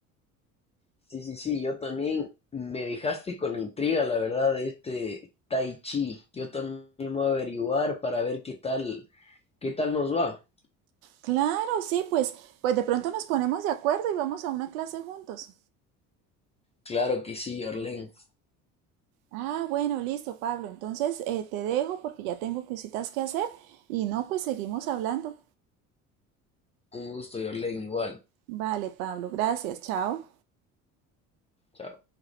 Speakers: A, on the left; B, on the right.
A: sí, sí, sí, yo también me dejaste con intriga, la verdad, de este Tai Chi. Yo también voy a averiguar para ver qué tal, qué tal nos va.
B: Claro, sí, pues, pues de pronto nos ponemos de acuerdo y vamos a una clase juntos.
A: Claro que sí, Orlen.
B: Ah, bueno, listo, Pablo. Entonces eh, te dejo porque ya tengo cositas que hacer y no, pues seguimos hablando.
A: Un gusto, Orlen, igual.
B: Vale, Pablo, gracias, chao.
A: Chao.